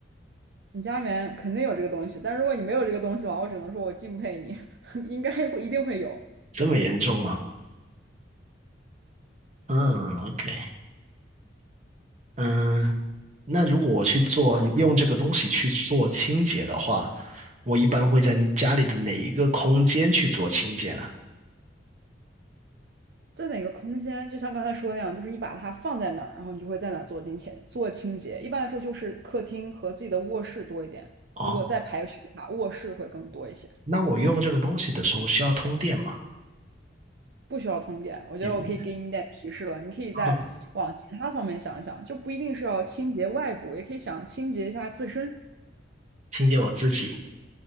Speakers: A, on the right (about 60°); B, on the right (about 35°).
A: 你家里面肯定有这个东西，但如果你没有这个东西的话，我只能说我敬佩你，<laughs> 应该会一定会有。
B: 这么严重吗？嗯，OK。嗯，那如果我去做，用这个东西去做清洁的话，我一般会在家里的哪一个空间去做清洁呢？
A: 在哪个空间，就像刚才说的那样，就是你把它放在哪儿，然后你就会在哪儿做清洁，做清洁。一般来说就是客厅和自己的卧室多一点，
B: 哦，
A: 如果再排序的话，卧室会更多一些。
B: 那我用这个东西的时候需要通电吗？
A: 不需要通电，我觉得我可以给你一点提示了，
B: 也不，
A: 你可以再往其他方面想一想，
B: 嗯，
A: 就不一定是要清洁外部，也可以想清洁一下自身。
B: 清洁我自己，